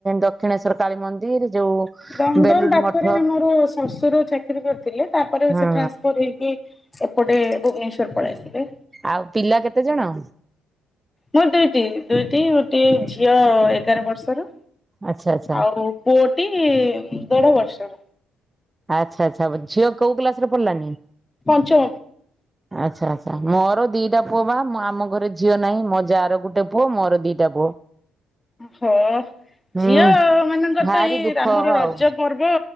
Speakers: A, on the right; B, on the left.
A: ଦକ୍ଷିଣେଶ୍ଵର କାଳୀ ମନ୍ଦିର ଯୋଉ
B: ଦମଦମ
A: ବେଲୁର
B: ପାଖରେ
A: ମଠ
B: ମୋର ଶଶୁର ଚାକିରି କରିଥିଲେ ତାପରେ
A: ହୁଁ
B: ସେ ଟ୍ରାନ୍ସପର ହେଇକି। ଏପଟେ ଭୁବନେଶ୍ଵର ପଳେଇ ଆସିବେ।
A: ଆଉ ପିଲା କେତେଜଣ?
B: ମୋର ଦୁଇଟି ଦୁଇଟି ଗୋଟିଏ ଝିଅ ଏଗାର ବର୍ଷର।
A: ଆଚ୍ଛା ଆଚ୍ଛା
B: ଆଉ ପୁଅଟି ଦେଢ ବର୍ଷର।
A: ଆଚ୍ଛା ଆଚ୍ଛା ଝିଅ କୋଉ ଗ୍ଲାସ ରେ ପଡିଲାନି।
B: ପଞ୍ଚମ।
A: ଆଚ୍ଛା ଆଚ୍ଛା ମୋର ଦିଟା ପୁଅ ବା ମୁଁ ଆମ ଘରେ ଝିଅ ନାହିଁ ମୋ ଯା ର ଗୋଟେ ପୁଅ ମୋର ଦିଟା ପୁଅ।
B: ହଁ।
A: ହୁଁ
B: ଝିଅ ମାନଙ୍କର
A: ଭାରି
B: ତ ଏଇ
A: ଦୁଃଖ
B: ଆମର ରଜ
A: ଆଉ
B: ପର୍ବ